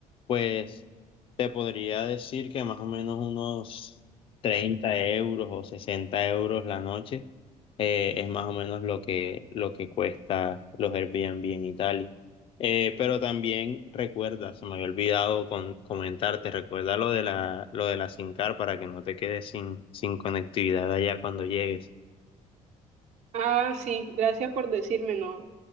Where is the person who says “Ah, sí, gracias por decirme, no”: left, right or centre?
Right